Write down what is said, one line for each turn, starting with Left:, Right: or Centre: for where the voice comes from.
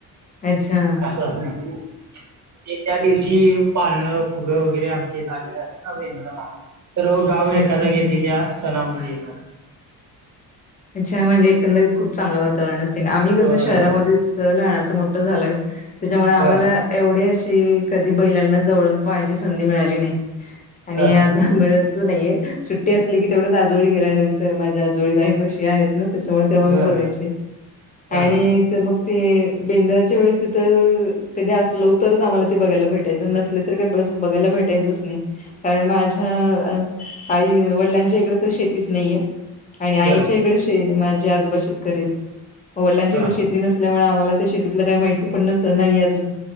Left: अच्छा
Right: असं असतयं. त्या दिवशी पाळणं फुग वगैरे आमचे आलेलं असत ना, बेंद्राला. सर्व गाव एका
Left: अच्छा
Right: जागी येतय, त्या सणामुळे एका
Left: अच्छा! म्हणजे एकंदरीत खूप चांगलं वातावरण असेल, आम्ही
Right: होय
Left: कसं शहरामध्येच
Right: होय.
Left: लहानाचं मोठं झालोय त्याच्यामुळे आम्हाला
Right: ह
Left: एवढं असे कधी बैलांना जवळून पहायची संधी मिळाली नाही, आणि
Right: ह
Left: आज नाहीये सुट्टी असली की, तेवढ्याच आजोळी गेल्यानंतर माझ्या आजोळी गाई, म्हशी आहेत. ना त्याच्यामुळे तेव्हा मी
Right: बर
Left: बघायचे,
Right: ह
Left: आणि
Right: हा
Left: ते मग ते बेंदराच्या वेळेस तिथं कधी असलो तरच, आम्हाला ते बघायला भेटायचं नसले तर काही बघायला भेटायचंच नाही कारण माझ्या आई वडिलांची इकडे तर शेतीच नाहीये आणि आई
Right: बर
Left: माझ्या आजोबा शेतकरी वडिलांच्या
Right: ह
Left: कडे
Right: हा
Left: शेती नसल्यामुळ मला शेतीत काही माहिती पण नाही अजून